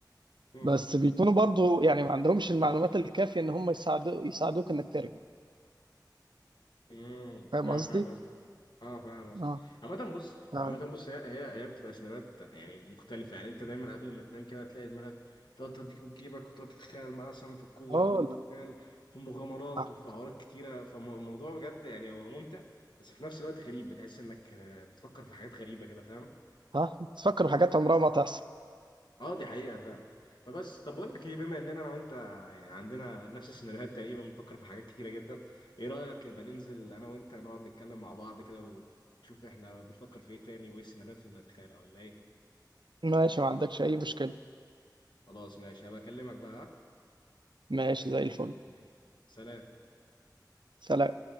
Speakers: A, on the left; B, on the right.
A: آه.
B: بس بيكونوا برضو يعني ما عندهمش المعلومات الكافية إن هم يساعدو... يساعدوك إنك ترجع
A: امم
B: فاهم
A: اه
B: قصدي؟
A: فاهم قصدك اه فاهم قصدك
B: اه
A: عامة بص
B: ف-
A: عامة بص هي هي هي بتبقى سيناريوهات يعني مختلفة يعني انت دايما قبل ما تنام كده تلاقي دماغك تقعد تديك وتجيبك وتقعد تتخيل معاه سما في الكورة
B: اه
A: وتقعد تتخيل
B: لا
A: في مغامرات
B: آه.
A: وفي حوارات كتيرة فالموضوع بجد يعني هو ممتع بس في نفس الوقت غريب بتحس انك آه، بتفكر في حاجات غريبة كده فاهم
B: آه. تفكروا حاجات عمرها ما تحصل
A: اه دي حقيقة فعلا فبس طب بقول لك ايه بما اننا انا وانت يعني عندنا نفس السيناريوهات تقريبا بنفكر في حاجات كتيرة جدا ايه رأيك يبقى ننزل انا وانت نقعد نتكلم مع بعض كده ونشوف احنا بنفكر في ايه تاني وايه السيناريوهات اللي بنتخيلها ولا ايه
B: ماشي ما عندكش أي مشكلة
A: خلاص ماشي هبقى اكلمك بقى ها؟
B: ماشي زي الفل
A: ماشي سلام
B: سلام